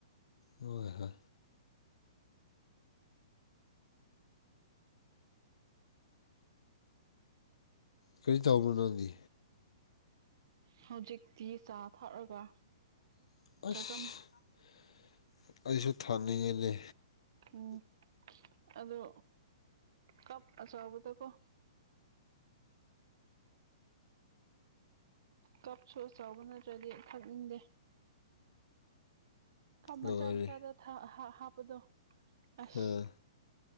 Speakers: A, on the left; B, on the right.
A: ꯍꯣꯏ ꯍꯣꯏ ꯀꯔꯤ ꯇꯥꯎꯕ ꯅꯗꯤ
B: ꯍꯧꯖꯤꯛꯇꯤ ꯆꯥ ꯊꯛꯑꯒ
A: ꯑꯁ
B: ꯆꯥꯖꯝ
A: ꯑꯩꯁꯨ ꯊꯥꯅꯤꯡꯉꯤꯅꯦ
B: ꯎꯝ ꯑꯗꯣ ꯀꯞ ꯑꯆꯥꯎꯕꯗꯀꯣ ꯀꯞꯁꯨꯆꯧꯕ ꯅꯠꯇ꯭ꯔꯗꯤ ꯊꯛꯅꯤꯡꯗꯦ ꯃꯆꯥ
A: ꯂꯣꯏꯔꯦ
B: ꯃꯆꯥꯗ ꯍꯥꯞꯄꯗꯣ ꯑꯁ
A: ꯑꯥ